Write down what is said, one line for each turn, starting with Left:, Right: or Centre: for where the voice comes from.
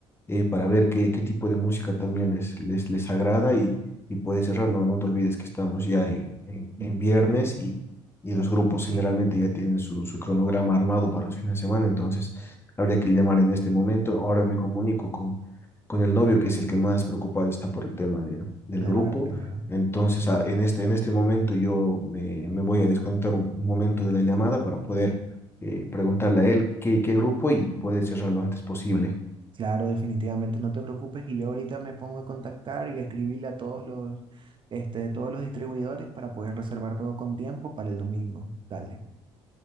Left: eh, para ver qué, qué tipo de música también les, les, les agrada y, y puedes cerrar. No, no te olvides que estamos ya en, en- en
Right: Mm,
Left: viernes y, y los grupos generalmente
Right: Sí,
Left: ya tienen su, su cronograma armado para los fines de semana, entonces habría que llamar en este momento. Ahora me comunico con, con el novio, que es el que más preocupado está por el tema de- del
Right: claro,
Left: grupo.
Right: claro.
Left: Entonces, a- en este, en este momento yo me, me voy a desconectar un un momento de la llamada para poder eh, preguntarle a él qué, qué grupo y puede cerrar lo antes posible.
Right: Claro, definitivamente no te preocupes y yo ahorita me pongo a contactar y a escribirle a todos los, este, todos los distribuidores para poder reservar todo con tiempo para el domingo. Dale,